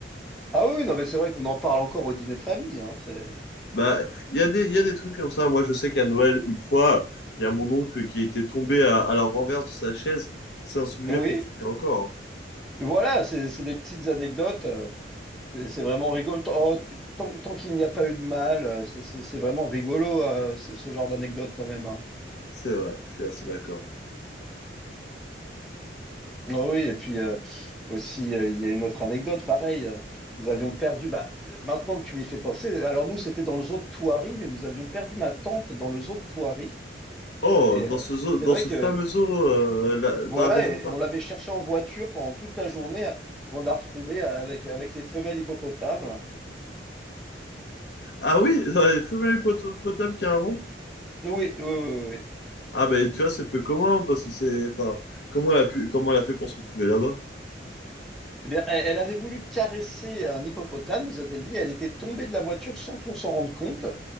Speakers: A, in the centre; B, on the left (about 65°).
A: Ah oui, oui, non, mais c'est vrai qu'on en parle encore au dîner de famille. Hein, c'est...
B: Bah, il y a des, il y a des trucs comme ça. Moi, je sais qu'à Noël, une fois, il y a mon oncle qui était tombé à, à la renverse de sa chaise. C'est un souvenir
A: Oui,
B: qu'on se souvient encore. hein.
A: voilà, c'est c'est des petites anecdotes. euh, C'est c'est vraiment rigolo. Oh, tant tant qu'il n'y a pas eu de mal, euh, c'est c'est- c'est vraiment rigolo, euh, ce, ce genre d'anecdote quand même. hein.
B: C'est vrai, je suis assez d'accord.
A: Ah oui, et puis euh, aussi, euh, il y a une autre anecdote, pareil, euh, nous avions perdu, bah, euh, maintenant que tu m'y fais penser, alors nous, c'était dans le zoo de Thoiry, mais nous avions perdu ma tante dans le zoo de Thoiry.
B: Oh,
A: Et
B: dans
A: euh,
B: ce
A: c'est
B: zoo- dans
A: vrai
B: ce
A: que,
B: fameux zoo, euh, là-
A: voilà,
B: dans la région
A: et on l'avait cherchée en voiture pendant toute la journée euh, avant de la retrouver avec, avec les femelles hippopotames.
B: Ah oui, ça avait femelle poto- potable carrément.
A: Oui, oui, oui, oui. oui.
B: Ah ben tu vois, c'est peu commun parce que c'est. Enfin, comment elle a pu, comment elle a fait pour se retrouver là-bas?
A: Eh bien, elle elle avait voulu caresser un hippopotame, nous a-t-elle dit. Elle était tombée de la voiture sans que l'on s'en rende compte.